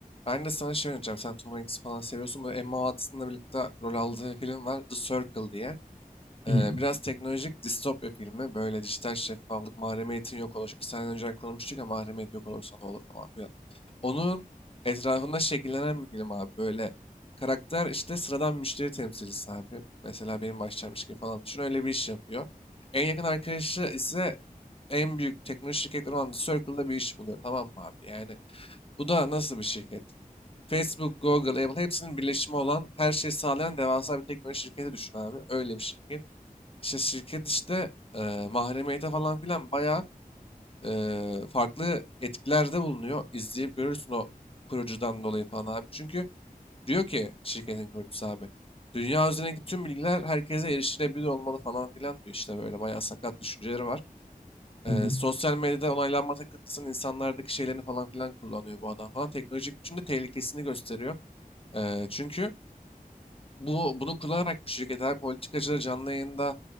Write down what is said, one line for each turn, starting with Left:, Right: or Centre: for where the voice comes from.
Left: Ben de sana şey önereceğim. Sen Tom Hanks falan seviyorsun. Böyle Emma Watson'la birlikte rol aldığı film var. The Circle diye. Ee,
Right: Hmm.
Left: biraz teknolojik distopya filmi. Böyle dijital şeffaflık, mahremiyetin yok oluşu. Biz senden önce konuşmuştuk ya mahremiyet yok olursa ne olur falan filan. Onun etrafında şekillenen bir film abi. Böyle karakter işte sıradan müşteri temsilcisi abi. Mesela benim başlamış gibi falan düşün. Öyle bir iş yapıyor. En yakın arkadaşı ise en büyük teknoloji şirketleri olan The Circle'da bir iş buluyor. Tamam mı abi? Yani bu da nasıl bir şirket? Facebook, Google, Apple hepsinin birleşimi olan her şeyi sağlayan devasa bir teknoloji şirketi düşün abi. Öyle bir şirket. İşte şirket işte e, mahremiyete falan filan bayağı eee, farklı etkilerde bulunuyor. İzleyip görürsün o kurucudan dolayı falan abi. Çünkü diyor ki şirketin kurucusu abi. Dünya üzerindeki tüm bilgiler herkese erişilebilir olmalı falan filan diyor işte böyle bayağı sakat düşünceleri var. Eee,
Right: Hı hı.
Left: sosyal medyada onaylanma takıntısının insanlardaki şeylerini falan filan kullanıyor bu adam falan. Teknolojik biçimde tehlikesini gösteriyor. Eee, çünkü bu, bunu kullanarak bu şirketler politikacıları canlı yayında